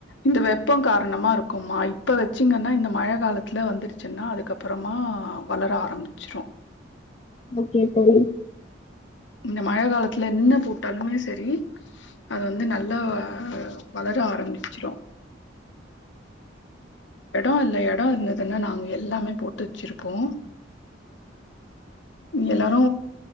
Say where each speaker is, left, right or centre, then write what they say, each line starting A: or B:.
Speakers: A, on the left; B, on the left.
A: இந்த வெப் ப்பம் காரணமா இருக்கும்மா இப்போ வச்சிங்கன்னா இந்த மழ காலத்தில வந்துருச்சுன்னா அதுக்கப்பறமா வளர ஆரம்பிச்சிரு
B: ஓகே தோழி
A: இந்த மழ காலத்துல என்ன போட்டாலுமே சரி அது வந்து நல்ல வளர ஆரம்பிச்சிரு எடோ இல்ல எடோ இருந்ததுன்னா நாங்க எல்லாமே போட்டு வச்சிருப்போ
B: <inaudible>
A: எல்லாரு